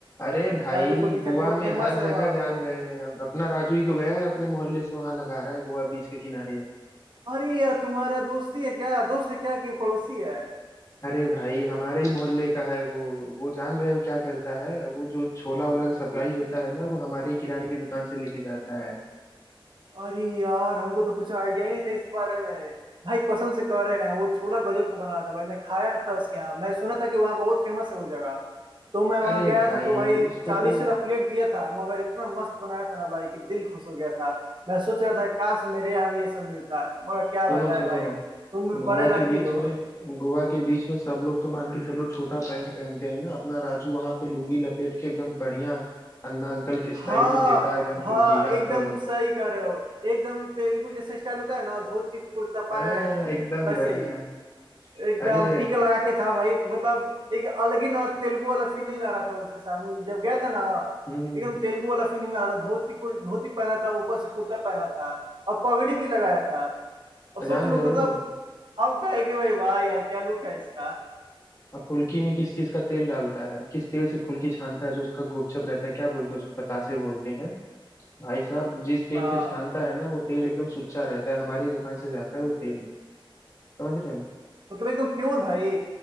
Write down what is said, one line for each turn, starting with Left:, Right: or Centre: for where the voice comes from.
Left: अरे भाई
Right: राजू फूल की चाट
Left: गोवा
Right: बहुत
Left: में
Right: फेमस
Left: हर
Right: है
Left: जगह
Right: वहां
Left: जान
Right: पे
Left: रहे हैं हम अपना राजू ही तो गया है अपने मोहल्ले से वहां लगा रहा है गोवा बीच के किनारे
Right: अरे यार तुम्हारा दोस्ती है क्या दोस्त है क्या कि पड़ोसी है
Left: अरे भाई हमारे ही मोहल्ले का है वो वो जान रहे हो क्या करता है वो जो छोला ओला का सप्लाई होता है ना वो हमारे ही किराने की दुकान से लेके जाता है
Right: अरे यार हमको तो कुछ आइडिया ही नहीं था इस बारे में भाई कसम से कह रहे हैं वो छोला गजब को बना रहा था भाई मैं खाया था उसके यहाँ मैं सुना था कि वहाँ बहुत फेमस है वो जगह तो मैं वहाँ
Left: अरे
Right: गया
Left: भाई
Right: था तो भाई
Left: उसको
Right: चालीस
Left: तो
Right: रुपया प्लेट दिया था मगर इतना मस्त बनाया था ना भाई कि दिल खुश हो गया था मैं सोच रहा था काश मेरे यहाँ भी ये सब मिलता मगर क्या
Left: सुनो
Right: बताए
Left: सुनो
Right: भाई तुम भी
Left: गोवा
Right: बड़े लकी
Left: के बीच
Right: हो
Left: में गोवा के बीच में सब लोग तो मान के चलो छोटा पैंट पहनते हैं ना अपना राजू वहां पे लुंगी लपेट के एकदम बढ़िया अन्ना अंकल के
Right: हाँ
Left: स्टाइल में देता है एकदम
Right: हाँ
Left: फुल्की याद
Right: एकदम
Left: करो
Right: सही कह रहे हो एकदम तेलुगु जैसे स्टाइल होता है ना धोती कुर्ता
Left: हाँ
Right: पैंट
Left: एकदम
Right: वैसे
Left: बढ़िया
Right: ही एकदम
Left: अरे
Right: टीका लगा के था भाई मतलब एक अलग ही ना तेलुगु वाला फीलिंग आ रहा था उसके सामने जब गया था ना
Left: हम्म
Right: एकदम तेलुगु वाला फीलिंग आ रहा था धोती कुर- धोती पहना था ऊपर से कुर्ता पहना था और पगड़ी भी लगाया था अब सोच
Left: जान
Right: लो
Left: रहे
Right: मतलब
Left: हो
Right: हम कहे कि भाई वाह यार क्या लुक है इसका
Left: अब फुल्की में किस चीज का तेल डालता है किस तेल से फुल्की छानता है जो उसका गोपचप रहता है क्या बोलते हैं उसको बतासे बोलते हैं भाई साहब जिस तेल
Right: हाँ
Left: से छानता है ना वो तेल एकदम सुच्चा रहता है हमारी दुकान से जाता है वो तेल समझ रहे हो
Right: मतलब एकदम प्योर भाई